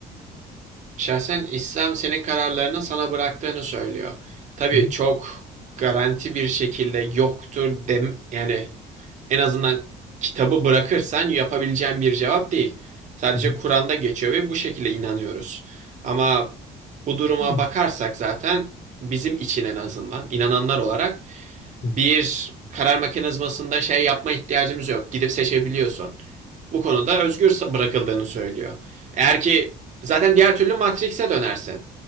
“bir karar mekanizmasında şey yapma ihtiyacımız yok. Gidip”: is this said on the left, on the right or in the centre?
Right